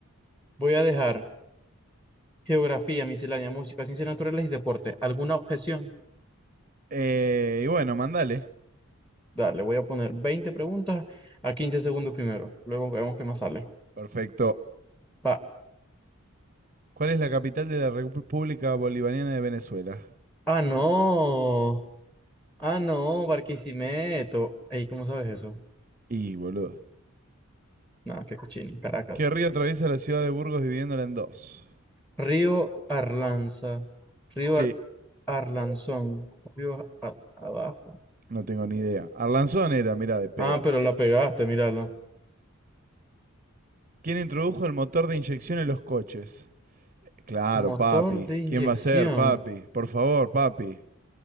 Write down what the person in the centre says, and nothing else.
Voy a dejar geografía, miscelánea, música, ciencias naturales y deporte. ¿Alguna objeción?
Dale, voy a poner 20 preguntas a 15 segundos primero. Luego vemos qué más sale.
Pa-
ah, no. Ah, no, Barquisimeto. Ey, ¿cómo sabes eso?
Nada, qué cochino. Caracas.
Río Arlanza. Río
Ar- Arlanzón. Río Ar- Abajo.
Ah, pero la pegaste, míralo.
Motor
de inyección.